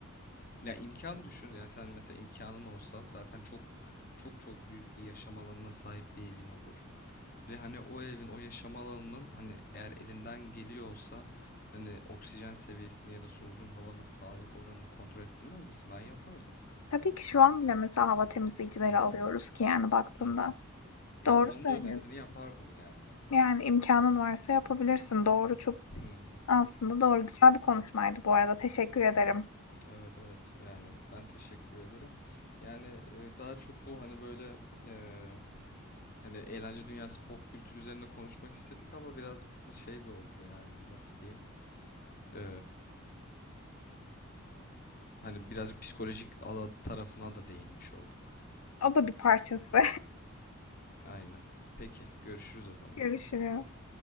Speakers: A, on the left; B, on the left.
A: Ya imkan düşün. Yani sen mesela imkanın olsa zaten çok çok çok büyük bir yaşam alanına sahip bir evin olur. Ve hani o evin o yaşam alanının hani eğer elinden geliyorsa hani oksijen seviyesini ya da soluduğun havanın sağlık oranını kontrol ettirmez misin? Ben yapardım.
B: Tabii ki şu an bile mesela hava temizleyicileri
A: Hı hı.
B: alıyoruz ki, yani, baktığında.
A: Hı hı.
B: Doğru
A: Ya onun
B: söylüyorsun.
A: da ötesini yapardım yani ben.
B: Yani, imkanın varsa yapabilirsin. Doğru, çok
A: Hı hı.
B: aslında doğru. Güzel bir konuşmaydı bu arada. Teşekkür ederim.
A: Evet evet yani ben teşekkür ederim. Yani e, daha çok bu hani böyle e, hani eğlence dünyası pop kültür üzerine konuşmak istedik ama birazcık da şey de oldu yani nasıl diyeyim E, hani birazcık psikolojik ala tarafına da değinmiş olduk.
B: O da bir parçası.
A: Aynen. Peki, görüşürüz o zaman.
B: <laughs> Görüşürüz.